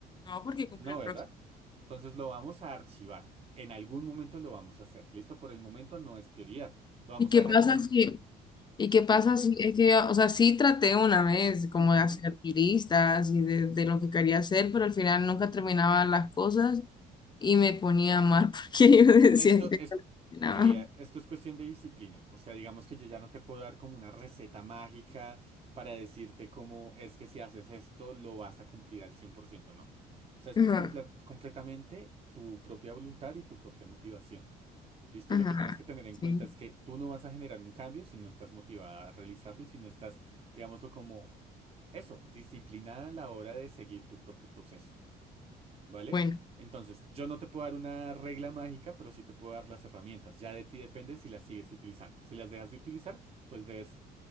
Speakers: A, on the left; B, on the right.
A: No, porque cumple
B: No,
A: el
B: ¿verdad?
A: próximo.
B: Entonces lo vamos a archivar. En algún momento lo vamos a hacer. Listo, por el momento no es prioridad. Lo vamos
A: ¿Y qué
B: a dejar
A: pasa
B: como en
A: si,
B: un...
A: ¿Y qué
B: Sí.
A: pasa si es que, o sea, sí traté una vez como
B: Ujú,
A: de hacer listas y de, de lo que quería hacer, pero al final
B: ujú.
A: nunca terminaba las cosas y me ponía mal <laughs> porque yo decía
B: Esto
A: que
B: es...
A: no terminaba.
B: Quería, esto es cuestión de disciplina. O sea, digamos que yo ya no te puedo dar como una receta mágica para decirte cómo es que si haces esto lo vas a cumplir al 100%. no. O sea, esto
A: Ajá,
B: es comple- completamente tu propia voluntad y tu propia motivación. Listo,
A: ajá,
B: lo que tienes que tener en
A: sí,
B: cuenta es que tú no vas a generar un cambio si no estás motivada a realizarlo y si no estás, digámoslo como eso, disciplinada a la hora de seguir tu propio proceso, ¿vale?
A: bueno,
B: Entonces, yo no te puedo dar una regla mágica, pero sí te puedo dar las herramientas. Ya de ti depende si las sigues utilizando. Si las dejas de utilizar, pues debes